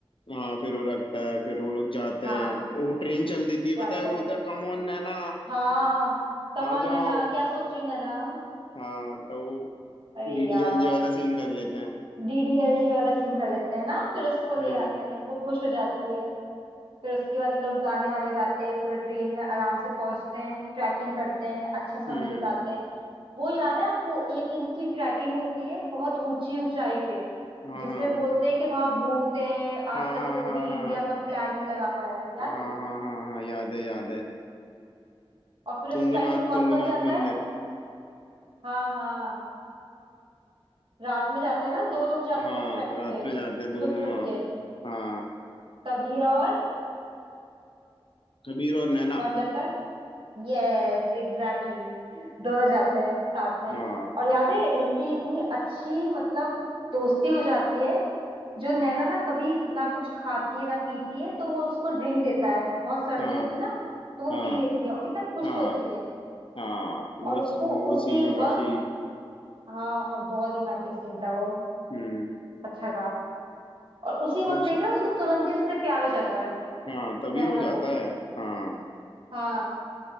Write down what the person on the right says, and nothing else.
हाँ
जाते
हैं
हाँ कम
ऑन
नैना क्या सोच रही नैना
अरे
यार
डीडीएलजे वाला सीन कर लेते हैं ना फिर उसको
ले आते हैं वो खुश हो जाती है फिर उसके बाद ये लोग गाने वाने गाते हैं पूरे ट्रेन में आराम से पहुंचते हैं ट्रैकिंग करते हैं अच्छा समय
बिताते हैं वो याद है आपको एक इनकी ट्रैकिंग होती है बहुत ऊंची ऊंचाई पे
जिसमें
बोलते हैं कि वहां भूत है आज
तक कोई
भी
इंडिया का फ्लैग नहीं लगा पाया है, याद
है
और फिर उस
ट्रैकिंग में कौन
कौन जाता
है हाँ हाँ रात में जाते हैं ना दो लोग जाते
हैं ट्रैकिंग
पे
छुप छुप
के
कबीर और
कौन जाता है Yes exactly exactly. दोनों जाते हैं साथ में
और याद है इनकी इतनी अच्छी मतलब दोस्ती हो जाती है जो नैना ना कभी ना कुछ खाती है ना पीती है तो वो उसको ड्रिंक देता है बहुत सर्दी
होती है ना तो वो
पी लेती है और कितना खुश
होती है
और उसको
उसी
वक्त
हाँ बहुत रोमांटिक सीन था वो
अच्छा था और उसी वक्त
देखा उसको तुरंत ही उससे प्यार हो जाता है
नैना
को
हाँ